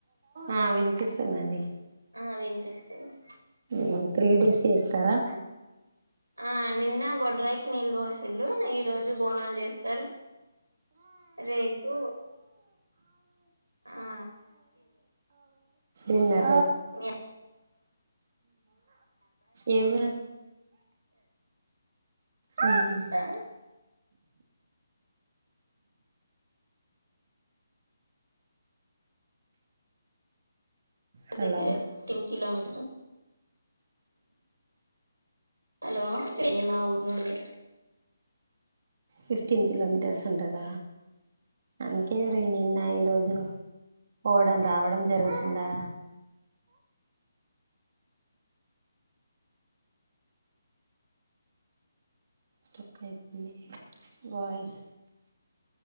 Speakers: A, on the right (about 45°); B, on the right (about 80°).
A: ఆ వినిపిస్తుందండి
B: ఆ వినిపిస్తుంది
A: ఉమ్ త్రీ డేస్ చేస్తరా
B: ఆ నిన్న బొడ్రాయికి నీళ్ బోసిల్లు ఈ రోజు బోనాలు చేస్తారు రేపు ఆ
A: నిన్న
B: యా
A: ఏ ఊరు మ్మ్
B: ఆ
A: హలో
B: దగ్గరే టెన్ కిలోమీటర్స్ అం హలో సిరిమా ఊరు నుండి
A: ఫిఫ్టీన్ కిలోమీటర్స్ ఉంటంద అందుకే రి నిన్న ఈరోజు పోవడం రావడం జరుగుతుందా స్ట్రక్ అయితుంది వాయిస్